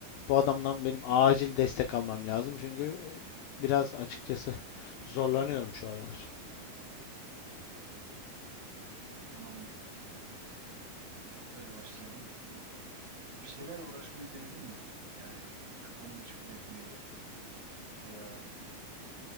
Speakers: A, on the left; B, on the right.
A: Bu adamdan benim acil destek almam lazım. Çünkü e, biraz açıkçası zorlanıyorum şu aralar.
B: O zaman böyle başlayalım. E, Bir şeyler uğraşmayı denedin mi? Yani kafanı meşgul etmeyi veya